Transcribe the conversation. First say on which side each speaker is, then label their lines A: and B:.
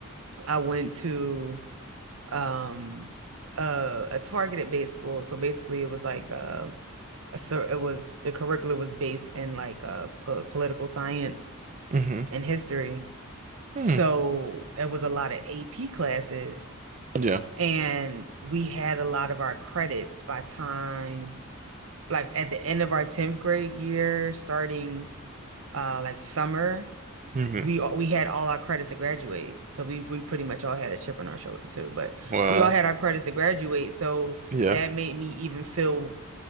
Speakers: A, on the right; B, on the right.
A: I went to um uh, a targeted based school, so basically it was like uh, a so it was the curriculum was based in like uh po political science
B: Mm.
A: and history, so
B: Mm.
A: it was a lot of AP classes,
B: Yeah.
A: and we had a lot of our credits by time. like at the end of our 10th grade year, starting uh like summer,
B: Mm.
A: we all we had all our credits to graduate. So we we pretty much all had a chip on our shoulder too, but
B: Well. uh,
A: we all had our credits to graduate. So
B: Yeah.
A: that made me even feel